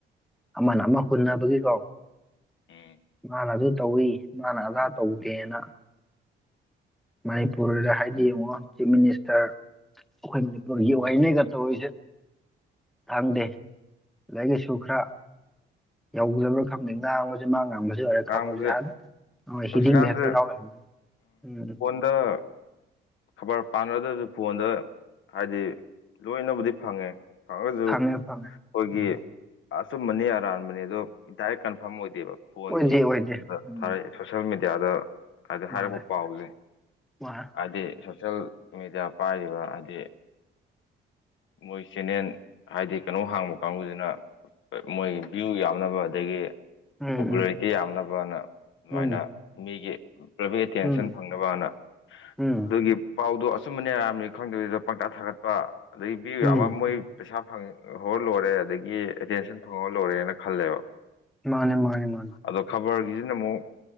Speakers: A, in the centre; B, on the left (about 75°).
A: ꯑꯃꯅ ꯑꯃ ꯍꯨꯟꯅꯕꯒꯤꯀꯣ
B: ꯎꯝ
A: ꯃꯥꯅ ꯑꯗꯨ ꯇꯧꯏ ꯃꯥꯅ ꯑꯗꯥ ꯇꯧꯗꯦꯅ ꯃꯅꯤꯄꯨꯔꯗ ꯍꯥꯏꯗꯤ ꯌꯦꯡꯉꯣ ꯆꯤꯞ ꯃꯤꯅꯤꯁꯇꯔ ꯑꯩꯈꯣꯏ ꯃꯅꯤꯄꯨꯔꯒꯤ ꯑꯣꯏꯅꯤꯒ ꯇꯧꯔꯤꯁꯦ ꯈꯪꯗꯦ ꯂꯥꯏꯔꯤꯛ ꯂꯥꯏꯁꯨ ꯈꯔ ꯌꯧꯗꯕ꯭ꯔꯥ ꯈꯪꯗꯦ ꯉꯥꯡꯕ ꯃꯥ ꯉꯥꯡꯕꯁꯨ ꯑꯣꯏꯔꯦ
B: ꯉꯥꯡꯕꯁꯦ
A: ꯈꯕꯔ ꯑꯗ
B: ꯍꯧꯖꯤꯛꯀꯥꯟꯁꯦ
A: ꯍꯤꯗꯤꯡꯗ ꯍꯦꯛꯇ ꯌꯥꯎꯔ ꯂꯩꯔꯝꯃꯦ ꯎꯝ
B: <unintelligible> ꯈꯕꯔ ꯄꯥꯟꯅꯗ꯭ꯔꯁꯨ ꯐꯣꯟꯗ ꯍꯥꯏꯗꯤ ꯂꯣꯏꯅꯕꯨꯗꯤ ꯐꯪꯉꯦ <unintelligible> ꯑꯩꯈꯣꯏꯒꯤ
A: ꯐꯪꯉꯦ ꯐꯪꯉꯦ ꯎꯝ
B: ꯑꯆꯨꯝꯕꯅꯤ ꯑꯔꯥꯟꯕꯅꯤ ꯑꯗꯣ ꯗꯥꯏꯔꯦꯛ ꯀꯟꯐꯥꯔꯝ ꯑꯣꯏꯗꯦꯕ ꯐꯣꯟꯒꯤ
A: ꯑꯣꯏꯗꯦ ꯑꯣꯏꯗꯦ ꯎꯝ
B: ꯊꯥꯔꯛꯑꯦꯕ ꯁꯣꯁꯌꯦꯅ ꯃꯦꯗꯤꯌꯥꯗ ꯍꯥꯏꯗꯤ
A: ꯃꯥꯅꯦ
B: ꯍꯥꯏꯔꯛꯄ ꯄꯥꯎꯁꯦ
A: ꯃꯥ
B: ꯍꯥꯏꯗꯤ ꯁꯣꯁꯦꯜ ꯃꯦꯗꯤꯌꯥ ꯄꯥꯏꯔꯤꯕ ꯍꯥꯏꯗꯤ ꯃꯣꯏ ꯆꯦꯟꯅꯜ ꯍꯥꯏꯗꯤ ꯀꯩꯅꯣ ꯍꯥꯡꯕ ꯀꯥꯡꯕꯨꯁꯤꯅ ꯃꯣꯏ ꯚ꯭ꯌꯨ ꯌꯥꯝꯅꯕ ꯑꯗꯒꯤ
A: ꯎꯝ
B: ꯄꯣꯄꯨꯂꯔꯤꯇꯤ
A: ꯎꯝ
B: ꯌꯥꯝꯅꯕꯅ ꯑꯗꯨꯃꯥꯏꯅ
A: ꯎꯝ
B: ꯃꯤꯒꯤ ꯄ꯭ꯔꯚ ꯑꯦꯇꯦꯟꯁꯟ
A: ꯎꯝ
B: ꯐꯪꯉ ꯅ
A: ꯎꯝ
B: ꯑꯗꯨꯒꯤ ꯄꯥꯎꯗꯣ ꯑꯆꯨꯝꯕꯅꯦ ꯌꯥꯝꯅꯤ ꯈꯪꯗꯗꯨꯗ ꯄꯪꯇꯥ ꯊꯥꯒꯠꯄ ꯑꯗꯒꯤ ꯄꯤꯌꯨ
A: ꯎꯝ
B: ꯌꯥꯝꯕ ꯃꯣꯏ ꯄꯩꯁꯥ ꯐꯪꯍꯔ ꯂꯣꯏꯔꯦ ꯑꯗꯒꯤ ꯑꯦꯇꯦꯟꯁꯟ ꯐꯪꯍꯔ ꯂꯣꯏꯔꯦꯅ ꯈꯜꯂꯦꯕ
A: ꯃꯥꯅꯦ ꯃꯥꯅꯦ ꯃꯥꯅꯦ
B: ꯑꯗꯣ ꯈꯕꯔꯒꯤꯁꯤꯅ ꯑꯃꯨꯛ